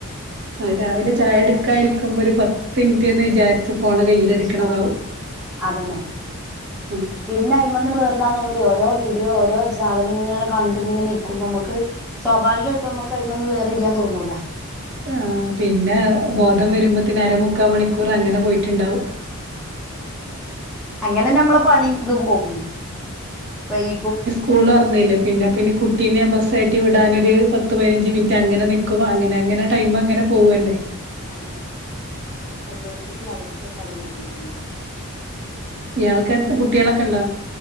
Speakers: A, on the right (about 50°); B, in the centre.
A: ആഹ് രാവിലെ ചായുടിക്കാരിക്കുമ്പൊ ഒരു പത്തിന് റ്റ്ന്ന് വിചാര്ച്ചു ഫോണ് കയ്യില്ട്ക്ക്ണതാവും
B: ച്ച് നോക്കും അതന്നെ
A: ആഹ്
B: പിന്നെ അയ്മ്മന്ന്ണ് വേറ്ടാൻ തോന്നൂലെയ് ഓരോ വീഡിയോ ഓരോ സാധനങ്ങള് ങ്ങനെ കണ്ട്ങ്ങനെ ഇരിക്കുമ്പോ നമ്മക്ക് സ്വാഭാവികായ്ട്ടും നമ്മക്ക് അഴ്മന്ന് വേറിരിയാൻ തോന്നൂല്ല
A: ആഹ് പിന്നെ ബോധം വരുമ്പോത്തിന് അര മുക്കാ മണിക്കൂറ് അങ്ങനെ പോയിട്ടുണ്ടാവും
B: അങ്ങനെന്നെ നമ്മളെ പണി ഇത് പോകും വൈകും
A: സ്കൂളോറ്ന്നില്ലേ പിന്നെ പിന്നെ കുട്ടീനെ ബസ്സ് കയ്റ്റി വിടാനൊരു പത്ത് പതിനഞ്ച് മിനിറ്റ് അങ്ങനെ നിക്കും നിക്കും അങ്ങനെ അങ്ങനെ ടൈംമങ്ങനെ പോവല്ലെ
B: അതന്നെ ഒക്കെ എല്ലോട്ത്തിത്തി അവസ്ഥ ഒക്കെ അതന്നെണ് സംഭവം
A: ഇയാൾക്ക് എത് കുട്ട്യാളൊക്കണ്ടോ